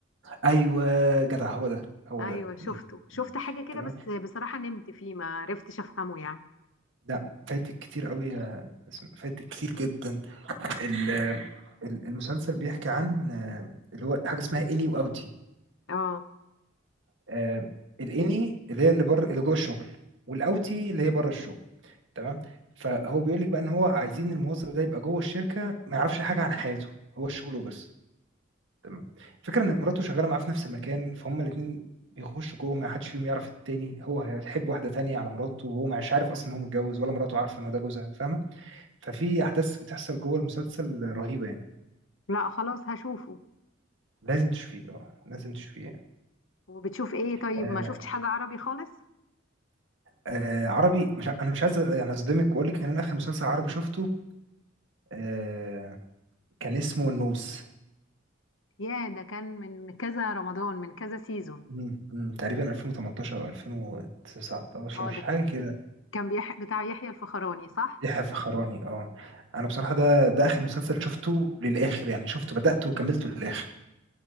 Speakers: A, on the right (about 70°); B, on the left (about 70°).
A: أيوه جدع هو ده، هو
B: ايوه
A: ده،
B: شفته
A: إمم،
B: شفت
A: إمم،
B: حاجة كده
A: تمام،
B: بس بصراحة نمت فيه ما عرفتش افهمه يعني
A: لأ فايتِك كتير أوي يا ياسمين، فايتِك كتير جدًا ال ال المسلسل بيحكي عن آه، اللي هو حاجة اسمها إني وأوتي
B: اه
A: آآ الإني اللي هي اللي برّه اللي جوّه الشغل والأوتي اللي هي برّه الشغل. تمام فهو بيقول لك بقى ان هو عايزين الموظف ده يبقى جوه الشركه ما يعرفش حاجه عن حياته هو الشغل وبس تمام الفكره ان مراته شغاله معاه في نفس المكان فهم الاثنين بيخشوا جوه ما حدش فيهم يعرف التاني هو هيحب واحده تانية على مراته وهو مش عارف اصلا ان هو متجوز ولا مراته عارفه ان هو ده جوزها فاهمه ففي احداث بتحصل جوه المسلسل رهيبه يعني
B: لا خلاص هشوفه
A: لازم تشوفيه اه لازم تشوفيه يعني
B: وبتشوف ايه طيب
A: آه
B: ما شفتش حاجة عربي خالص
A: آه عربي مش ع- انا مش عايز يعني اصدمك واقول لك ان انا اخر مسلسل عربي شفته آه كان اسمه النوس
B: يا ده كان من كذا رمضان من كذا سيزون
A: امم، امم، تقريبا 2018 او 2019
B: اه
A: حاجه
B: ده
A: كده
B: كان بيح... بتاع يحيى الفخراني صح
A: يحيى الفخراني اه انا بصراحه
B: آه.
A: ده ده اخر مسلسل شفته للاخر يعني شفته بدأته وكملته للاخر